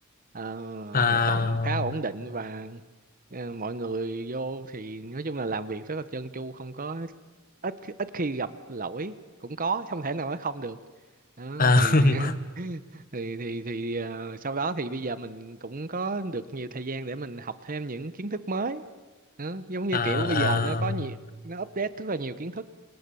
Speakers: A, on the right (about 40°); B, on the left (about 40°).
A: Ờ,
B: à,
A: hoạt động khá ổn định và ờ, mọi người vô thì nói chung là làm việc rất là trơn tru không có ít ít khi gặp lỗi cũng có không thể nào nói không được đó
B: à,
A: thì
B: <laughs>
A: <laughs> thì thì thì ờ, sau đó thì bây giờ mình cũng có được nhiều thời gian để mình học thêm những kiến thức mới đó. Giống như
B: à,
A: kiểu bây giờ nó có nhiều
B: à,
A: nó update rất là nhiều kiến thức